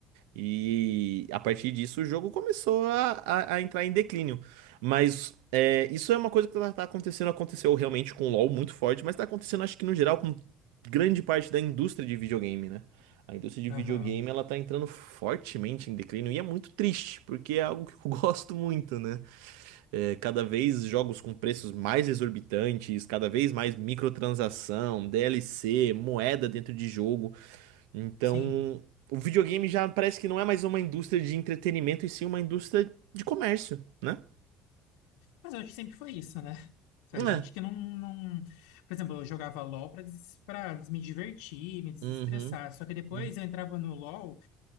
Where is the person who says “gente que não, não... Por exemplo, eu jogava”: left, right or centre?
Left